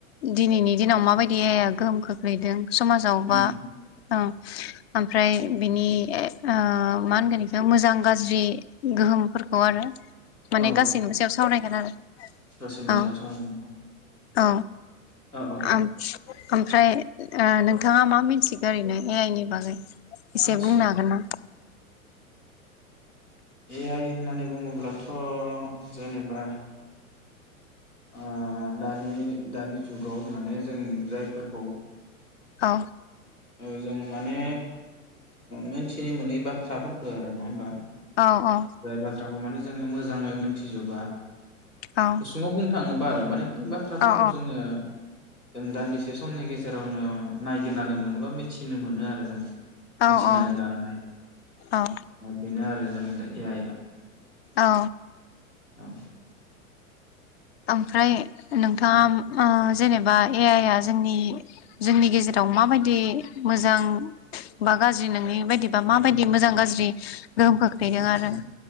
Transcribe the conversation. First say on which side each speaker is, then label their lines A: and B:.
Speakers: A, on the left (about 45°); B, on the left (about 85°).
A: दिनिनि दिनाव माबायदि ए आइ आ गोहोम खोख्लैदों? समाजाव
B: उम
A: बा औ आमफ्राय बिनि ए ओ मा होनगोन बेखौ मोजां गाज्रि गोहोमफोरखौ आरो माने
B: औ
A: गासैनिबो सायाव सावरायगोन आरो
B: <unintelligible>
A: औ औ
B: औ औ औ
A: आ ओमफ्राय ओ नोंथाङा मा मिथिगोन ओरैनो ए आइ नि बागै? एसे
B: आदसा
A: बुंनो हागोन ना?
B: ए आइ होननानै बुङोब्लाथ'? जेनेबा ओ दानि दानि जुगाव माने जों जायफोरखौ
A: औ
B: औ जों माने मोनथिनो मोनै बाथ्राफोरखौ आरो नङा होम्बा
A: औ औ
B: जाय बाथ्राखौ माने जोङो मोजाङै मोनथिजोबा
A: औ
B: गुसुङाव बुंनो थाङोब्ला <unintelligible> माने बे बाथ्राफोरखौ
A: औ
B: जोङो जों दान्दिसे समनि गेजेरावनो नायगिरनानै मोनोबा मिथिनो मोनो आरो जोङो मिथिनानै
A: औ औ
B: लानो हायो
A: औ
B: बेनो आरो जों हाय ए आय आ
A: औ
B: औ
A: ओमफ्राय नोंथाङा
B: औ
A: मा आ जेनेबा ए आय आ जोंनि जोंनि गेजेराव माबायदि मोजां बा गाज्रि नोंनि बायदिबा माबायदि मोजां गाज्रि गोहोम खोख्लैदों
B: आदसा
A: आरो